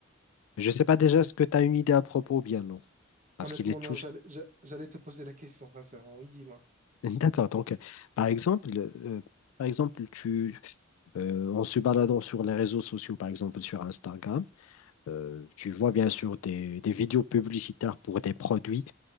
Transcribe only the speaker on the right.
Honnêtement,
non,
j'allais
j'a- j'allais te poser la question, sincèrement. Oui, dis-moi.